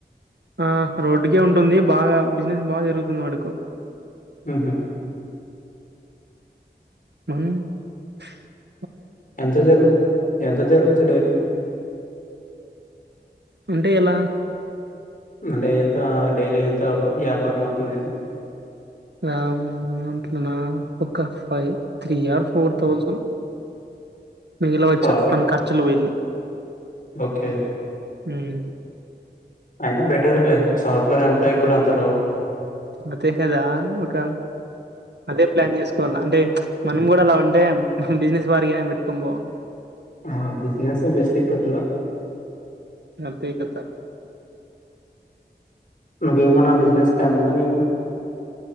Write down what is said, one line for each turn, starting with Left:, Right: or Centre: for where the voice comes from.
Right: ఆ రోడ్డుకే ఉంటుంది బాగా బిజినెస్ బాగా జరుగుతుంది వాడుకు
Left: మ్ హు
Right: మ
Left: ఎంత జరుగ్ ఎంత జరుగోచ్చు డైలీ
Right: అంటే ఎలా
Left: అంటే ఎంత డైలీ ఎంత వ్యాపారం అవుతుందని
Right: దన్ దంట్లోన్న ఒక five three or four thousand మిగిలివచ్చ
Left: ప్రాఫిట్
Right: మన ఖర్చులు వెళ్ళి
Left: ఓకే
Right: మ్
Left: అయినా బెటరే లే సాఫ్ట్వేర్ ఎంప్లాయ్ కూడా అంత రావు
Right: అదే కదా ఒక అదే ప్లాన్ చేసుకోవాల అంటే మనం కూడా అలా ఉంటే బిజినెస్ వారికి గా ఏమన పెట్టుకొని పోవ్
Left: ఆ బిజినెసే బెస్ట్ ఇప్పుట్లో
Right: అందే కథా
Left: నాకేమన్నా బిజినెస్ ప్లాన్ ఉందా నీకు